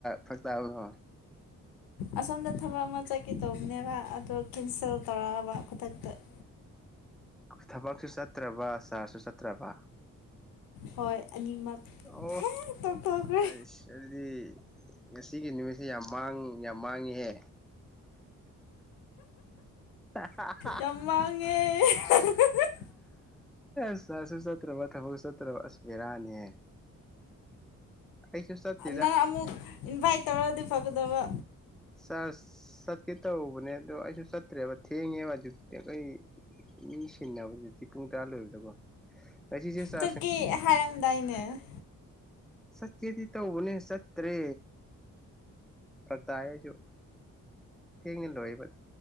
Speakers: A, in the centre; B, on the left.
A: ꯐꯔꯛꯇꯥꯕꯅꯣ
B: ꯑꯁꯣꯝꯗ ꯊꯕꯛ ꯑꯃ ꯆꯠꯀꯦ ꯇꯧꯕꯅꯦꯕ ꯑꯗꯣ ꯀꯦꯟꯁꯦꯜ ꯇꯧꯔꯛꯑꯕ ꯈꯨꯗꯛꯇ <inaudible>
A: ꯊꯕꯛꯁꯨ ꯆꯠꯇ꯭ꯔꯕ ꯆꯥꯔꯁꯨ ꯆꯠꯇ꯭ꯔꯕ
B: ꯍꯣꯏ ꯑꯅꯤꯃꯛ
A: ꯑꯣ
B: ꯇꯣꯛ ꯇꯣꯛꯈꯔꯦ
A: ꯑꯩꯁ ꯑꯗꯨꯗꯤ ꯉꯁꯤꯒꯤ ꯅꯨꯃꯤꯠꯁꯤ ꯌꯥꯝ ꯃꯥꯡ ꯌꯥꯝ ꯃꯥꯡꯉꯤꯍꯦ ꯍꯥꯍꯥ
B: ꯌꯥꯝ ꯃꯥꯥꯡꯉꯦ ꯍ ꯍꯍꯍ
A: ꯁꯥꯁꯨ ꯁꯇ꯭ꯔ ꯊꯕ ꯁꯇ꯭ꯔ ꯑꯁ ꯕꯦꯔꯥꯅꯤꯍꯦ ꯑꯩꯁꯨ ꯆꯠꯇꯦꯗ
B: ꯅꯪ ꯑꯃꯨꯛ ꯏꯟꯚꯥꯏꯠ ꯇꯧꯔꯗꯤ ꯐꯒꯗꯕ
A: ꯁꯥꯔ ꯆꯠꯀꯦ ꯇꯧꯕꯅꯦ ꯑꯗꯣ ꯑꯩꯁꯨ ꯆꯠꯇ꯭ꯔꯦꯕ ꯊꯦꯡꯉꯦꯕ ꯑꯗꯨꯗꯤ ꯑꯩꯈꯣꯏ ꯃꯤ ꯁꯤꯟꯅꯕꯗꯨꯗꯤ ꯄꯨꯡ ꯇꯔꯥ ꯂꯣꯏꯕꯗꯀꯣ ꯉꯁꯤꯁꯦ ꯆ
B: ꯆꯠꯀꯦ ꯍꯥꯏꯔꯝꯗꯥꯏꯅꯦ
A: ꯁꯠꯀꯦꯗꯤ ꯇꯧꯅꯦ ꯆꯠꯇꯦ ꯐꯛꯇꯌꯦ ꯑꯩꯁꯨ ꯊꯦꯡꯅ ꯂꯣꯏꯕ